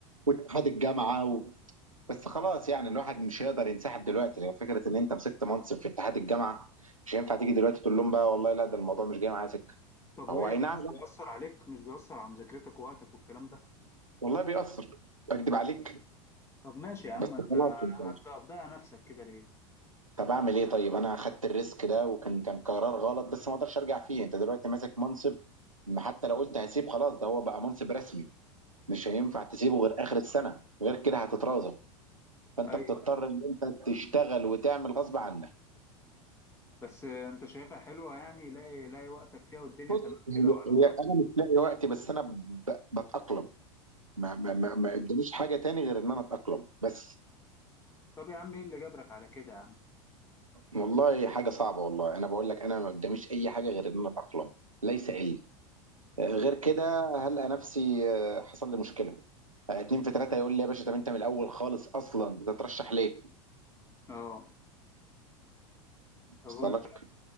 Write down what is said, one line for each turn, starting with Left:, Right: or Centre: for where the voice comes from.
Right: واتحاد الجامعه و... بس خلاص يعني الواحد مش هيقدر ينسحب دلوقتي يعني فكره ان انت مسكت منصب في اتحاد الجامعه مش هينفع تيجي دلوقتي تقول لهم بقى والله لا ده الموضوع مش جاي معايا سكه
Left: طب
Right: هو
Left: وايه
Right: اي
Left: ده
Right: نعم
Left: مش بيأثر عليك مش بيأثر على مذاكرتك ووقتك والكلام ده
Right: والله بيأثر اكدب عليك
Left: طب ماشي يا عم
Right: بس
Left: انت
Right: خلاص انت
Left: هت- هتضيع نفسك كده ليه
Right: طب اعمل ايه طيب انا خدت الريسك ده وكان كان قرار غلط بس ما اقدرش ارجع فيه انت دلوقتي ماسك منصب ما حتى لو قلت هسيب خلاص ده هو بقى منصب رسمي مش هينفع تسيبه غير اخر السنه غير كده هتترازب فانت
Left: ايوه
Right: بتضطر
Left: أيوة.
Right: ان انت تشتغل وتعمل غصب عنك
Left: بس انت شايفها حلوة يعني لاقي لاقي وقتك فيها والدنيا
Right: بص
Left: تمام
Right: هي
Left: كده وعلاقات
Right: هي انا مش لاقي وقتي بس انا ب- بتأقلم ما ما ما ما قداميش حاجه تاني غير ان انا اتأقلم بس
Left: طب يا عم ايه اللي جبرك على كده يا عم
Right: والله حاجه صعبه والله انا بقول لك انا ما قداميش اي حاجه غير ان انا اتأقلم ليس الا غير كده هلقى نفسي آه، حصل لي مشكله آه، اتنين في تلاته يقول لي يا باشا طب انت من الاول خالص اصلا بتترشح ليه؟
Left: اه طب
Right: وصل
Left: وانت
Right: لك